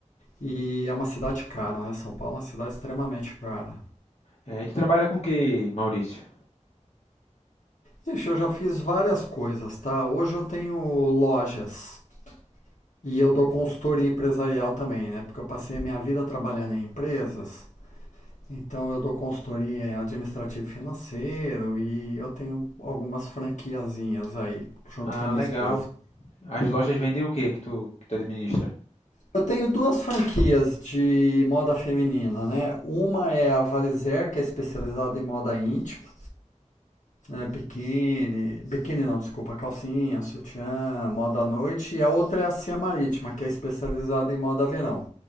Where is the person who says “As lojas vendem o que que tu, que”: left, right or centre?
Left